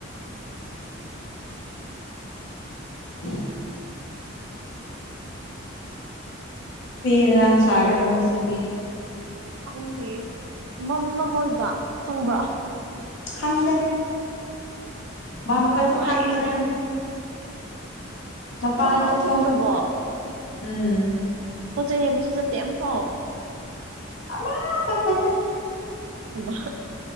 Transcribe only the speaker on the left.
<inaudible> ꯀꯔꯤ ꯏꯟꯖꯥꯡ ꯆꯒꯦꯔꯣ ꯉꯥꯁꯤꯗꯤ
ꯈꯪꯗꯦ ꯃꯝꯕꯁꯨ
ꯈꯥꯡꯗ꯭ꯔꯦ
ꯃꯄꯥꯟꯁꯨ
ꯊꯣꯛꯇ꯭ꯔꯦ ꯎꯝ
ꯑꯃꯐꯥꯎ ꯆꯠꯇꯦ